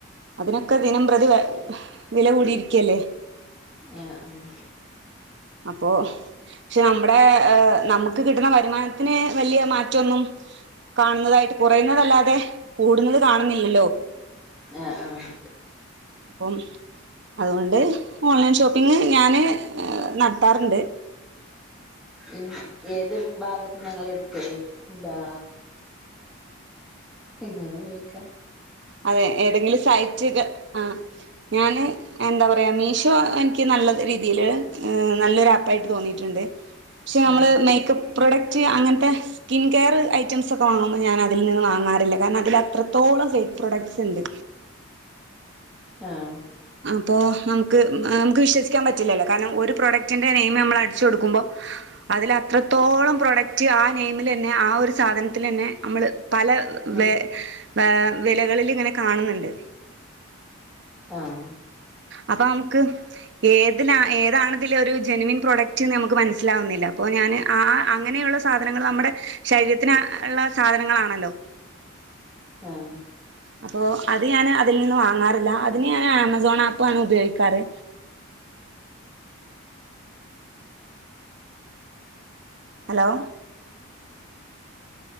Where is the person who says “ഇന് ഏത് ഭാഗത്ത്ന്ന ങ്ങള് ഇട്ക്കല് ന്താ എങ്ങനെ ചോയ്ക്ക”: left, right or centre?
Centre